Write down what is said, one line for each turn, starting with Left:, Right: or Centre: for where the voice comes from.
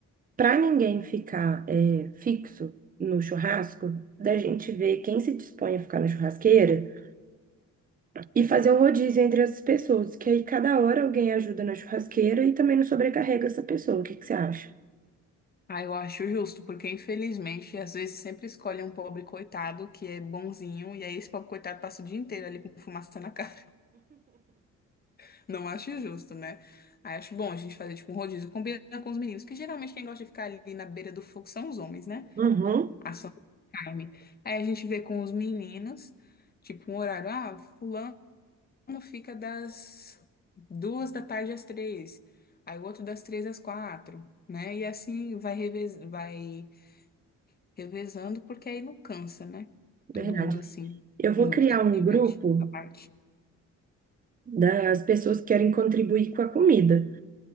Right: para ninguém ficar é, fixo no churrasco, da gente ver quem se dispõe a ficar na churrasqueira e fazer um rodízio entre as pessoas, que aí cada hora alguém ajuda na churrasqueira e também não sobrecarrega essa pessoa. O que que você acha?
Left: Ah, eu acho justo, porque infelizmente às vezes sempre escolhe um pobre coitado que é bonzinho, e aí esse pobre coitado passa o dia inteiro ali com fumaça na cara. <laughs> Não acho justo, né? Aí acho bom a gente fazer tipo um rodízio, combina com os meninos, que geralmente quem gosta de ficar ali na beira do fogo são os homens, né?
Right: Uhum.
Left: ação do Carmen. Aí a gente vê com os meninos, tipo, um horário, ah, fulano fica das duas da tarde às três, aí o outro das três às quatro, né? E assim vai, revez vai revezando, porque aí não cansa, né? Todo
Right: Verdade.
Left: mundo assim,
Right: Eu vou
Left: muito.
Right: criar um
Left: Divide
Right: grupo
Left: a parte.
Right: das pessoas que querem contribuir com a comida,